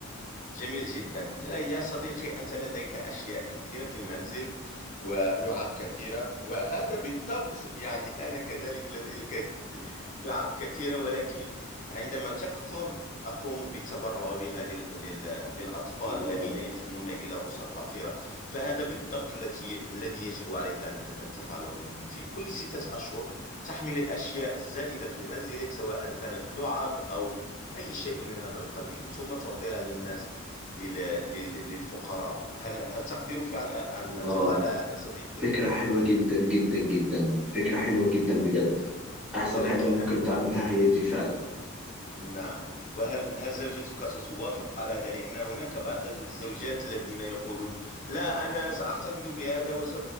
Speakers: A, on the left; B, in the centre.
A: جميل جدا يا صديقي أنت لديك أشياء كثيرة في المنزل ولعب كثيرة وهذا بالضبط يعني أنا كذلك لدي كث- لعب كثيرة ولكن عندما تكثر أقوم بالتبرع بها لل... لل... للأطفال
B: الله
A: الذين ينتمون إلى أسر فقيرة فهذا بالضبط التي... الذي يجب عليك أن... أن تفعله في كل ستة أشهر تحمل الأشياء الزائدة في منزلك سواء كانت لعب أو أي شيء من هذا القبيل ثم تعطيها للناس لل... لل... للفقراء هل هل تقدر فعل أن...
B: الله
A: أن تفعل هذا صديقي
B: فكرة حلوة جدا جدا جدا فكرة حلوة جدا بجد أحسن
A: ولكن
B: حاجة ممكن تعملها هي دي فعلا
A: نعم وهل هل زوجتك ستوافق على هذا لأن هناك بعض الزوجات الذين يقولون لا أنا سأحتفظ بهذا وس...